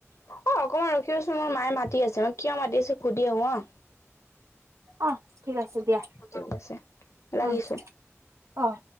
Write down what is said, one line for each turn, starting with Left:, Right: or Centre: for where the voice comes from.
Left: অ, অকমান ৰখিদেচোন মোৰ মায়ে মাতি আছে, মই কিয় মাতি আছো সুধি আহো হাঁ।
Right: অঁহ ঠিক আছে দিয়া।
Left: ঠিক আছে ৰাখিছো।
Right: উম, অ'।